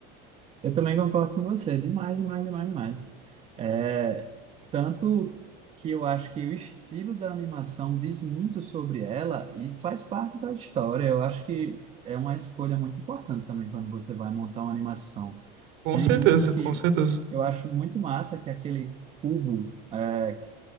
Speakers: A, on the right; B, on the right.
A: Eu também concordo com você. Demais, demais, demais, demais. É, tanto que eu acho que o estilo da animação diz muito sobre ela e faz parte da história. Eu acho que é uma escolha muito importante também quando você vai montar uma animação.
B: Com
A: Tem
B: certeza,
A: um que
B: com certeza.
A: eu acho muito massa, que é aquele cubo. é, que-